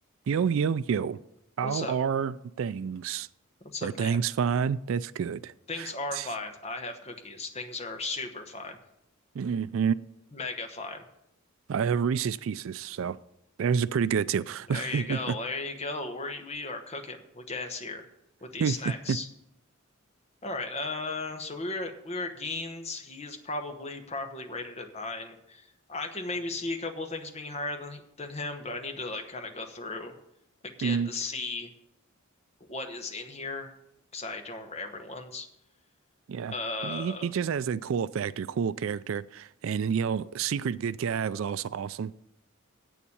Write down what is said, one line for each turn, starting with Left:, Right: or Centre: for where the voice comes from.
Right: Yo, yo, yo.
Left: What's
Right: How
Left: up?
Right: are things?
Left: What's up,
Right: Are things
Left: man?
Right: fine? That's good.
Left: Things are fine.
Right: <laughs>
Left: I have cookies. Things are super fine.
Right: hmm
Left: Mega fine.
Right: I have Reese's Pieces, so theirs are pretty good too.
Left: There you
Right: <laughs>
Left: go. There you go. We we are cooking with gas here with these
Right: hmm
Left: snacks. All right. Uh, so we were at, we were at Gein's. He is probably properly rated at nine. I could maybe see a couple of things being higher than than him, but I need to like kind of go through again
Right: hmm
Left: to see what is in here because I don't remember everyone's.
Right: Yeah.
Left: Uh,
Right: He, he just has a cool factor, cool character. And, you know, Secret Good Guy was also awesome.